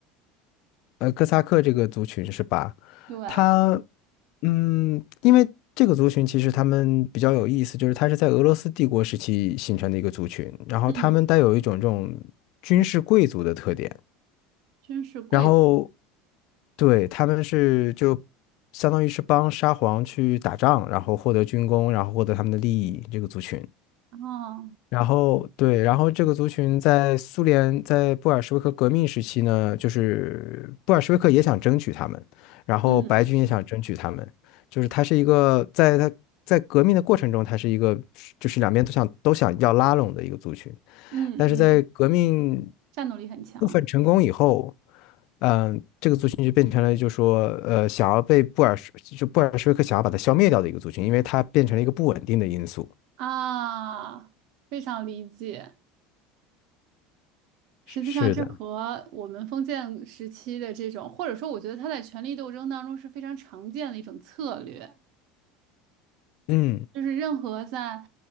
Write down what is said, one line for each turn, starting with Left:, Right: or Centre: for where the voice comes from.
Left: 呃，哥萨克这个族群是吧？
Right: 对，
Left: 他，嗯，因为这个族群其实他们比较有意思，就是他是在俄罗斯帝国时期形成的一个族群，然后他们带有一种这种
Right: 嗯，
Left: 军事贵族的特点，
Right: 真是贵族
Left: 然后对他们是就相当于是帮沙皇去打仗，然后获得军功，然后获得他们的利益，这个族群。
Right: 哦，
Left: 然后对，然后这个族群在苏联在布尔什维克革命时期呢，就是布尔什维克也想争取他们，然后白军也想争取他们，
Right: 嗯
Left: 就是他是一个在他在革命的过程中，他是一个就是两边都想都想要拉拢的一个族群，
Right: 嗯嗯。
Left: 但是在革命
Right: 战斗力很强
Left: 部分成功以后，嗯、这个族群就变成了就说呃想要被布尔什就布尔什维克想要把它消灭掉的一个族群，因为它变成了一个不稳定的因素。
Right: 啊，非常理解。实际上，
Left: 是的，
Right: 这和我们封建时期的这种，或者说，我觉得他在权力斗争当中是非常常见的一种策略。
Left: 嗯。
Right: 就是任何在